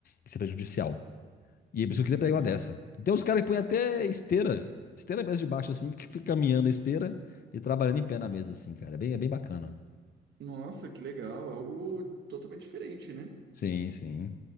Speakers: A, on the left; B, on the right.
A: Isso é prejudicial. E aí, por isso que eu queria pegar
B: posso.
A: uma dessa. Tem uns caras que põem até esteira. Esteira mesmo de baixo, assim, que fica caminhando a esteira e trabalhando em pé na mesa, assim, cara. É bem, é bem bacana.
B: Nossa, que legal, algo totalmente diferente, né?
A: Sim, sim.